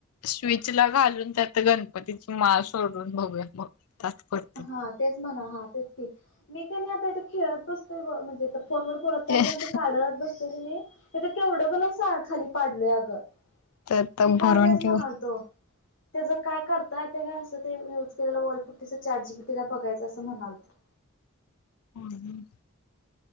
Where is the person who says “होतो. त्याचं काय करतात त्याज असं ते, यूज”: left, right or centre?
Left